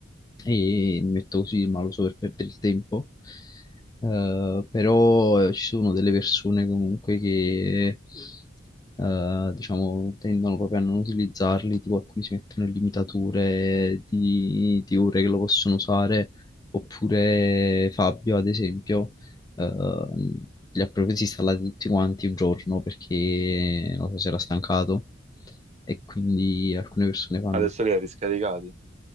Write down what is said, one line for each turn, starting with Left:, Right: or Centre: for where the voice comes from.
Left: e mi metto così, ma lo so per perdere il tempo. Eh, però eh, ci sono delle persone comunque che eh, diciamo tendono proprio a non utilizzarli, tipo alcuni si mettono limitature di, di ore che lo possono usare, oppure Fabio, ad esempio, eh, li ha proprio disinstallati tutti quanti un giorno perché non so se era stancato e quindi alcune persone fanno.
Right: Adesso li hai riscaricati?